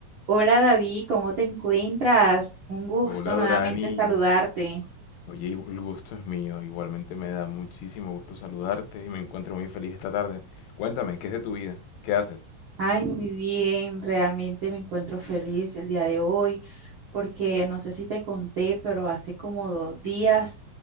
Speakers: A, on the right (about 70°); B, on the left (about 80°).
A: Hola David, ¿cómo te encuentras? Un gusto
B: Hola
A: nuevamente
B: Dorani,
A: saludarte.
B: oye, el gusto es mío, igualmente me da muchísimo gusto saludarte y me encuentro muy feliz esta tarde. Cuéntame, ¿qué es de tu vida? ¿Qué haces?
A: Ay, muy bien, realmente me encuentro feliz el día de hoy porque no sé si te conté, pero hace como dos días